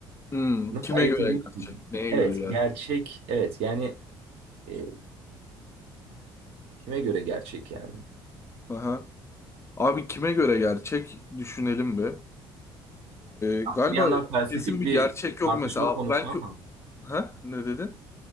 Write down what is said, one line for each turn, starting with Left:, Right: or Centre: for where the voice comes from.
Left: hmm,
Right: nasıl
Left: kime
Right: ayırt
Left: göre
Right: ediyoruz
Left: gerçek?
Right: ki?
Left: Neye
Right: Evet,
Left: göre gerçek?
Right: gerçek, evet. Yani e, kime göre gerçek yani?
Left: Aha. Abi kime göre gerçek? Düşünelim bir. Ee,
Right: Aslında
Left: galiba
Right: bir yandan felsefik
Left: kesin bir
Right: bir
Left: gerçek yok
Right: tartışma
Left: mesela.
Right: konusu
Left: Belki
Right: ama
Left: ha ne dedin?